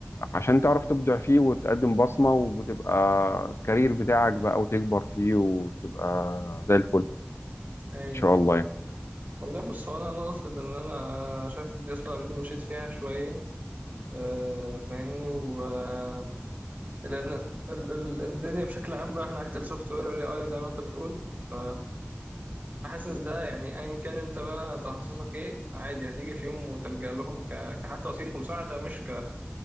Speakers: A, on the left (about 80°); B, on the right (about 40°).
A: عشان تعرف تبدع فيه وتقدم بصمة وتبقى الكارير بتاعك بقى وتكبر فيه وتبقى زي الفل
B: ايوه
A: ان شاء الله يعني
B: والله بص هو انا ناقص ان انا شايف الدي اس ال ار دي مشيت فيها شويه آه، فاهمني و آه، لان ال- ال- الدنيا بشكل عام رايحه ناحيه السوفت وير والاي اي زي ما انت بتقول ف حاسس ده يعني ايا كان انت بقى تخصصك ايه عادي هتيجي في يوم وتلجأ لهم ك... كحتى وسيله مساعده مش ك